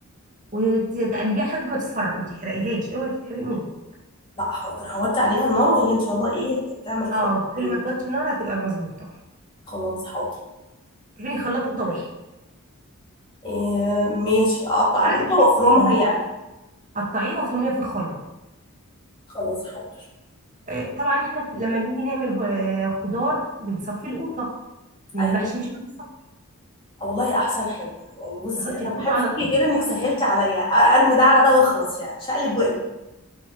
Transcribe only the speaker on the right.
وتقلبيها لحد ما تصفر ما تحرقيهاش اوعي تتحرق مني
اه كل
ما توطي النار هتبقى مظبوطة
تعملي خلاط قوطة واحد
على قد
كتير
قطعيها وفرميها في الخلاط
آه، طبعا احنا لما بنيجي نعمل آه، خضار بنصفي القوطة للمحشي
مش هنصفي
تحطي
القوطة
على
طول